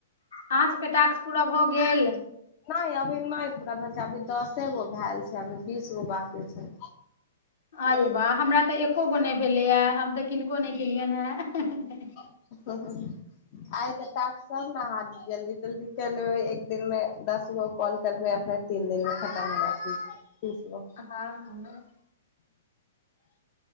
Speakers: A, on the left (about 70°); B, on the left (about 45°).
A: आँहां सब के टाक्स पूरा भ भ गेल?
B: नहि अभी नहि पूरा अभी दसे गो भेल छै अभी बीस गो बाकी छै
A: अरे वाह हमरा तऽ एको गो नहि भेलैए हम तऽ किनको नहि केलियनि हेँ
B: आइ त सब ने अहाँ जल्दी तल्दी कर लेबै एक दिन मे दस गो कॉल करबै अपने तीन दिन में <unintelligible> तीस गो
A: हँ